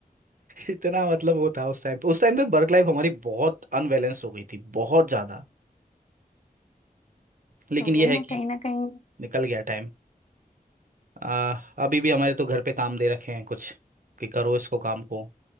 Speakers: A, on the right; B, on the left.
A: इतना मतलब वो था उस टाइम पे उस टाइम पे वर्क लाइफ हमारी बहुत अनबैलेंस हो गई थी बहुत ज्यादा लेकिन
B: तो
A: ये
B: वही
A: है
B: ना
A: कि
B: कहीं ना कहीं
A: निकल गया टाइम आ, अभी भी हमारे तो घर पे काम दे रखे हैं कुछ कि करो इसको काम को